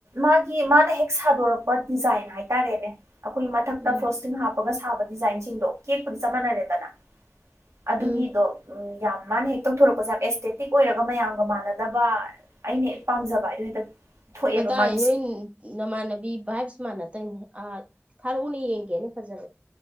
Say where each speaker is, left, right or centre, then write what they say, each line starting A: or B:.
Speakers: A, on the right; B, on the right.
A: ꯃꯥꯒꯤ ꯃꯥꯅ ꯍꯦꯛ ꯁꯥꯗꯣꯔꯛꯄ ꯗꯤꯖꯥꯏꯟ ꯍꯥꯏꯇꯥꯔꯦꯅꯦ ꯑꯩꯈꯣꯏ ꯃꯊꯛꯇ
B: ꯎꯝ
A: ꯐ꯭ꯔꯣꯁꯇꯤꯡ ꯍꯥꯞꯄꯒ ꯁꯥꯕ ꯗꯤꯖꯥꯏꯟꯁꯤꯡꯗꯣ ꯀꯦꯛꯄꯗꯤ ꯆꯞ ꯃꯅꯔꯦꯗꯅ ꯑꯗꯨꯒꯤꯗꯣ
B: ꯎꯝ
A: ꯎ ꯌꯥꯝ ꯃꯥꯅ ꯍꯦ ꯇꯧꯊꯣꯔꯛꯄꯁꯦ ꯌꯥꯝ ꯑꯦꯁꯇꯦꯇꯤꯛ ꯑꯣꯏꯔꯒ ꯃꯌꯥꯝꯒ ꯃꯥꯟꯅꯗꯕ ꯑꯩꯅ ꯄꯥꯝꯖꯕ ꯍꯥꯏꯗꯨ ꯍꯦꯛꯇ ꯊꯣꯛꯑꯦꯕ
B: ꯀꯗꯥꯏ
A: ꯃꯥꯒꯤꯁꯦ
B: <unintelligible> ꯅꯃꯥꯟꯅꯕꯤ ꯚꯥꯏꯞꯁ ꯃꯥꯟꯅꯗꯣꯏꯅꯦ ꯑꯥ ꯊꯥꯔꯛꯎꯅꯦ ꯌꯦꯡꯒꯦꯅ ꯐꯖꯔꯗꯤ